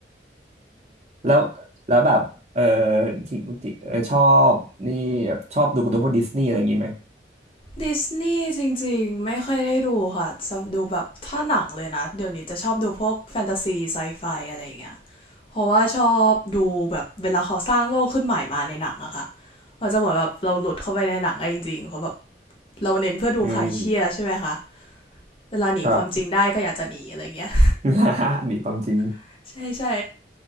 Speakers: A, on the right (about 35°); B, on the left (about 30°).
A: แล้วแล้วแบบเออทิงติเออชอบนี่แบบชอบดูการ์ตูนพวกดิสนีย์อะไรอย่างงี้ไหม
B: ดิสนีย์จริงๆไม่ค่อยได้ดูค่ะจะดูแบบถ้าหนังเลยนะเดี๋ยวนี้จะชอบดูพวกแฟนตาซีไซไฟอะไรอย่างเงี้ยเพราะว่าชอบดูแบบเวลาเขาสร้างโลกขึ้นใหม่มาในหนังอะค่ะมันจะเหมือนแบบเราหลุดเข้าไปในหนังอะจริงๆเพราะแบบเราเน้นเพื่อดูคลายเครียดใช่ไหมคะ
A: อืม
B: เวลาหนีความจริงได้ก็อยากจะหนีอะไรเงี้ย
A: ครับ <laughs> นีความจริง
B: <laughs> ใช่ใช่